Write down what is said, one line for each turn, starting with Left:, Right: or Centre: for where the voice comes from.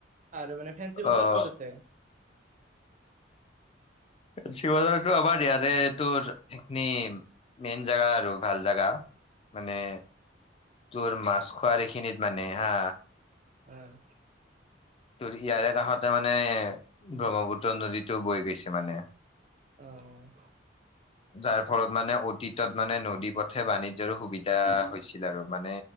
Right: আৰু মানে ফেঞ্চি বজাৰ
Left: অ'
Right: ক'ত আছে?
Left: শিবজাৰতো আমাৰ ইয়াৰে তোৰ এইখিনি মেইন জাগা আৰু ভাল জাগা মানে তোৰ মাছখোৱাৰ এইখিনিত মানে হা
Right: অহ
Left: ত ইয়াৰে কাষতে মানে ব্ৰহ্মপুত্ৰ নদীটো বৈ গৈছে মানে।
Right: অহ
Left: যাৰ ফলত মানে অতীতত মানে নদী পথে বাণিজ্যৰো সুবিধা হৈছিল আৰু মানে